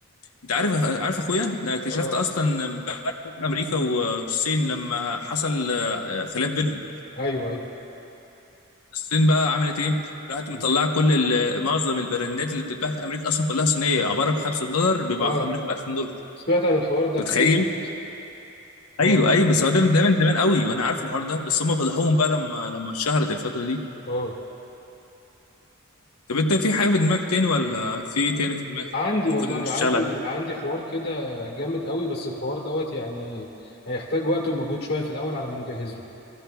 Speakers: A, on the left; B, on the left.
A: انت عارف عارف اخويا ده أنا اكتشفت
B: اه
A: اصلا بعد امريكا والصين لما حصل آه، خلاف بينهم
B: ايوه ايوه
A: الصين بقى عملت ايه راحت
B: مم.
A: مطلعه كل ال- معظم البراندات اللي بتتباع في امريكا اصلا كلها صينيه عباره ب 5 دولار بيباعوها
B: اه
A: في امريكا ب 2000 دولار
B: سمعت عن الحوار ده
A: انت متخيل
B: كتير على فكره اه
A: ايوه ايوه بس هو ده من ده من زمان قوي وانا عارف الحوار ده بس هم فضحوهم بقى لما لما اتشهرت الفتره دي
B: اه
A: طب انت في حاجه في دماغك تاني ولا في إيه تاني في دماغك
B: عندي
A: ممكن
B: والله
A: نشتغل
B: عندي
A: عليه
B: عندي حوار كده جامد قوي بس الحوار دوت يعني هيحتاج وقت ومجهود شوية في الأول على ما نجهز له